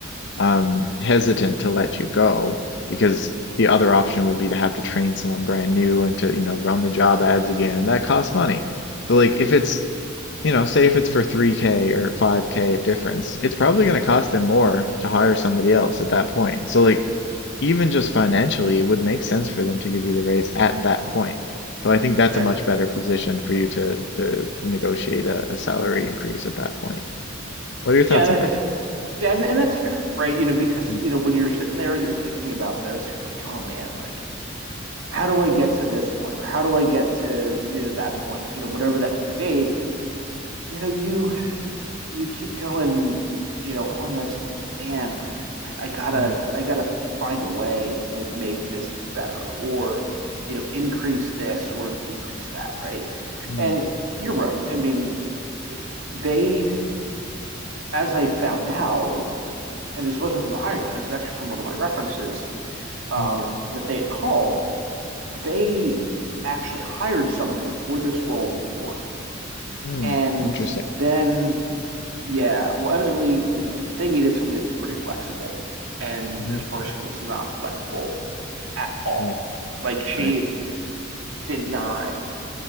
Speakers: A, on the left; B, on the right.
A: um, hesitant to let you go because the other option would be to have to train someone brand new and to, you know, run the job ads again, and that costs money. So like if it's, you know, say if it's for 3K or 5K of difference, it's probably going to cost them more to hire somebody else at that point. So like even just financially, it would make sense for them to give you the raise at that point. So I think that's
B: Fair.
A: a much better position for you to to, to negotiate a, a salary increase at that point. What are your thoughts
B: Yeah, and
A: on
B: I think
A: that?
B: that yeah, and, and that's fair, right? You know, because
A: Mm,
B: you know, when you're sitting there and you're thinking about this, you're like, oh man, like how do I get to this point or how do I get to, you know, that point, you know, whatever that may be, you know, you you keep going, you know, on this, and you're like, man, like I, I gotta,
A: mm,
B: I gotta find a way to make this better, or you know, increase this or decrease that, right?
A: mm.
B: And you're right. I mean, eh, they, as I found out, and this wasn't from the hiring manager, it was actually from one of my references, uh,
A: Mm,
B: that they had called. They actually hired somebody for this role before,
A: mm,
B: and
A: interesting.
B: then yeah, well, evidently, you know, they needed somebody that was pretty flexible, and
A: Mhm,
B: this person was not flexible at all.
A: right,
B: Like she
A: right,
B: did not,